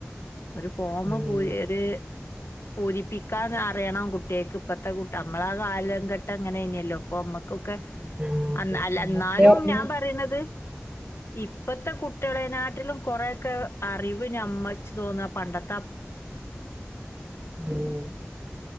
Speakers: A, on the left (about 75°); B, on the right (about 25°).
A: ഒരു ഫോമ്
B: ഉം
A: പൂരി ഒര് പൂരിപ്പിക്കാന് അറിയണം കുട്ടിയക്ക്. ഇപ്പത്തെ കുട് നമ്മളാ കാലംഘട്ട അങ്ങനേനല്ലൊ ഇപ്പൊ അമ്മക്ക് ക്കെ
B: ആഹ് അതെ
A: അന്ന് അല്ല
B: അന്നൊക്കെ
A: എന്നാലും
B: പറഞ്ഞ്
A: ഞാൻ പറീണത് ഇപ്പത്തെ കുട്ട് കുട്ടളെനാട്ടിലും കൊറെയൊക്കെ അറിവ് ഞമ്മച്ച് തോന്ന പണ്ടത്തെ
B: ഉം